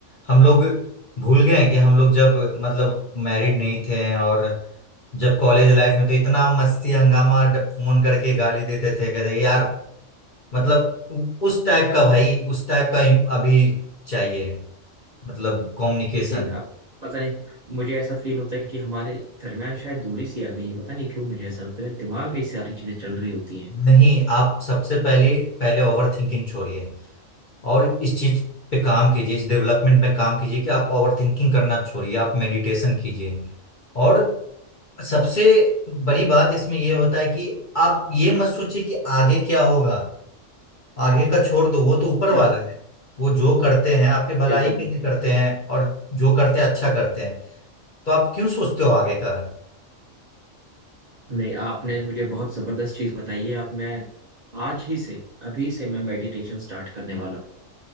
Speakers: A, on the left; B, on the right.
A: हम लोग भूल गए हैं कि हम लोग जब मतलब मैरिड नहीं थे और जब कॉलेज लाइफ में तो इतना मस्ती हंगामा डब- फोन करके गाली देते थे कहते यार मतलब उ- उस टाइप का भाई उस टाइप का इम- अभी चाहिए मतलब कम्युनिकेशन
B: लेकिन अब पता नहीं मुझे ऐसा फील होता है कि हमारे दरमियान शायद दूरी सी आ गई है पता नहीं क्यों मुझे ऐसा लगता है दिमाग में ये सारी चीजें चल रही होती हैं
A: नहीं आप सबसे पहले पहले ओवर थिंकिंग छोड़िए और इस चीज पे काम कीजिए इस डेवलपमेंट पे काम कीजिए कि आप ओवर थिंकिंग करना छोड़िए आप मेडिटेशन कीजिए और सबसे बड़ी बात इसमें यह होता है कि आप ये मत सोचिए कि आगे क्या होगा आगे का छोड़ दो वो तो ऊपर
B: अच्छा,
A: वाला है वो जो करते हैं आपके भलाई
B: बिल्कुल
A: के
B: बिल्कुल
A: लिए करते हैं और जो करते हैं अच्छा करते हैं तो आप क्यों सोचते हो आगे का
B: नहीं आपने मुझे बहुत जबरदस्त चीज बताई है अब मैं आज ही से अभी से मैं मेडिटेशन स्टार्ट करने वाला हूं।